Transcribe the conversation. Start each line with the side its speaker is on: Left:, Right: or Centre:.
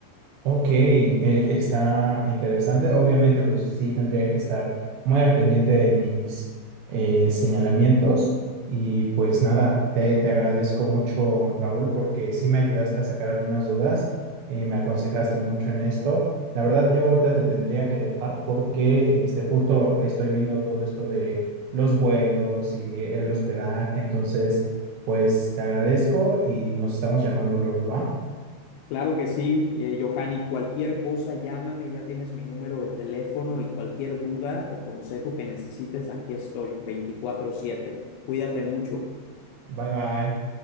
Right: Ok, eh, está interesante. Obviamente, pues sí, tendría que estar muy al pendiente de mis eh, señalamientos. Y pues nada, te, te agradezco mucho, Raúl, porque sí me ayudaste a sacar algunas dudas, eh, me aconsejaste mucho en esto. La verdad, yo ahorita te tendría que dejar porque este, justo estoy viendo todo esto de los vuelos y el hospedaje. Entonces, pues te agradezco y nos estamos llamando luego, ¿va?
Left: Claro que sí, eh, Johanny, cualquier cosa, llámame, ya tienes mi número de teléfono y cualquier duda o consejo que necesites, aquí estoy, veinticuatro siete Cuídate mucho.
Right: Bye bye.